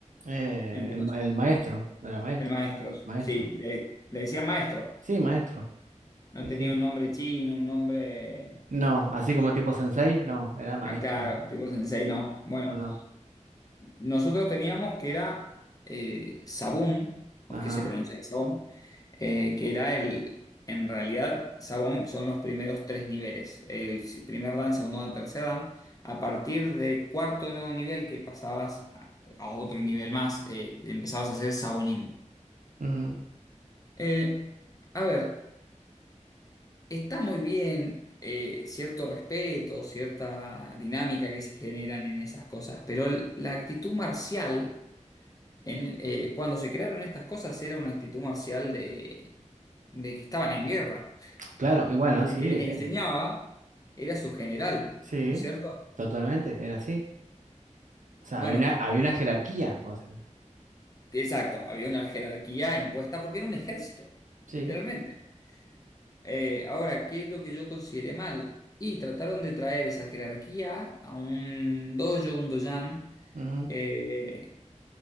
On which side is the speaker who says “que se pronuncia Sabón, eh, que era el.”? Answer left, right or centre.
Left